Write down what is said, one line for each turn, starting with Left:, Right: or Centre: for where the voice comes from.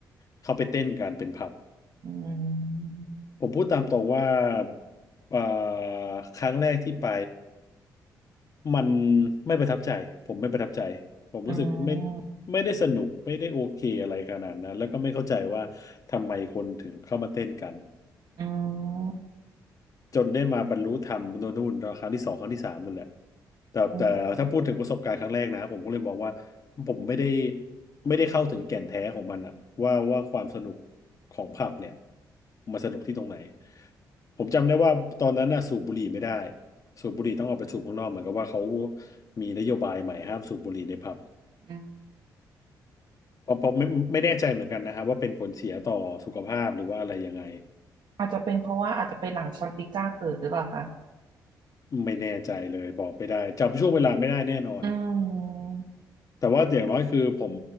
Left: เขาไปเต้นกันเป็นผับ
Right: อืม
Left: ผมพูดตามตรงว่าอ่าครั้งแรกที่ไปมันไม่ประทับใจผมไม่ประทับใจผมรู้สึกไม่
Right: อืม
Left: ไม่ได้สนุกไม่ได้โอเคอะไรขนาดนั้นแล้วก็ไม่เข้าใจว่าทำไมคนถึงเข้ามาเต้นกัน
Right: อืม
Left: จนได้มาบรรลุธรรมโน่นนู่นครั้งที่สองครั้งที่สามนั่นแหละแต่แต่ถ้าพูดถึงประสบการณ์ครั้งแรกนะผมก็เลยมองว่า
Right: อืม
Left: ผมไม่ได้ไม่ได้เข้าถึงแก่นแท้ของมันอะว่าว่าความสนุกของผับเนี่ยมันสนุกที่ตรงไหนผมจำได้ว่าตอนนั้นน่ะสูบบุหรี่ไม่ได้สูบบุหรี่ต้องออกไปสูบข้างนอกเหมือนกับว่าเขามีนโยบายใหม่ห้ามสูบบุหรี่ในผับ
Right: อืม
Left: เพราะเพราะไม่ไม่แน่ใจเหมือนกันนะครับว่าเป็นผลเสียต่อสุขภาพหรือว่าอะไรยังไง
Right: อาจจะเป็นเพราะว่าอาจจะไปหลังชังติก้าเกิดหรือเปล่าคะ
Left: ไม่แน่ใจเลยบอกไม่ได้จำช่วงเวลาไม่ได้แน่นอน
Right: อืม
Left: แต่ว่าอย่างน้อยคือผม